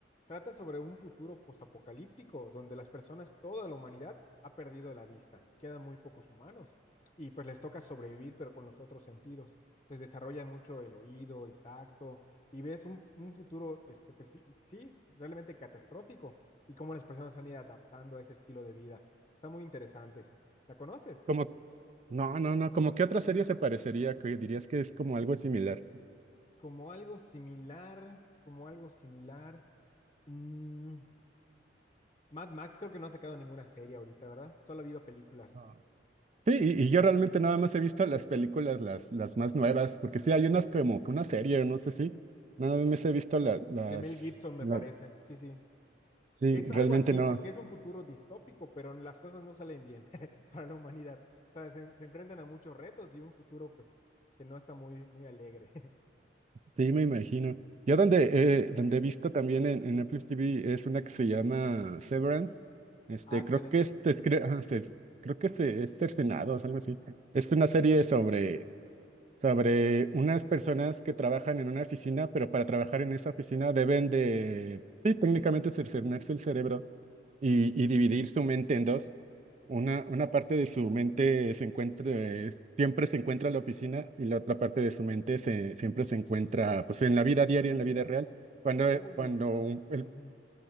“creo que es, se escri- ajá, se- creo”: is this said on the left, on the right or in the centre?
Right